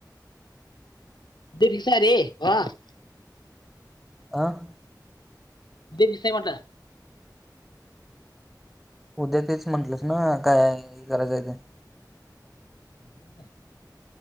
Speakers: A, on the left (about 80°); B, in the centre.
A: <unintelligible>
B: आं.
A: दिप दिसतंय म्हटलं.
B: उद्या तेच म्हंटलंस ना, काय हे करायचंय ते.
A: हा